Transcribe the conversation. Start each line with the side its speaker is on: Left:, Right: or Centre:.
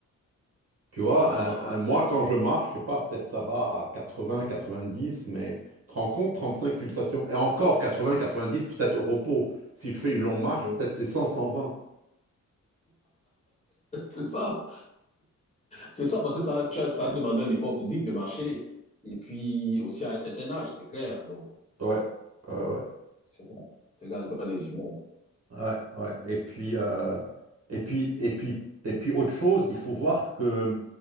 Right: Tu vois,
Left: Ah,
Right: un, un- moi, quand je marche, je sais pas, peut-être ça bat à 80, 90, mais tu te rends compte, 35 pulsations. Et encore 80, 90, peut-être au repos. Si je fais une longue marche,
Left: ouais.
Right: peut-être c'est 100, 120.
Left: C'est ça, c'est ça, parce que ça, tu as- ça a demandé un effort physique de marcher. Et puis aussi à un certain âge, c'est clair. Donc,
Right: Ouais, ouais, ouais.
Left: c'est- ces gars, c'est pas des humains.
Right: Ouais, ouais. Et puis, euh, et puis, et puis, et puis, autre chose, il faut voir que